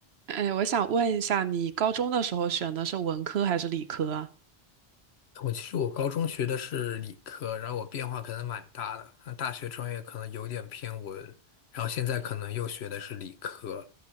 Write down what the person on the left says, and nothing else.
我其实我高中学的是理科，然后我变化可能蛮大的，那大学专业可能有点偏文，然后现在可能又学的是理科，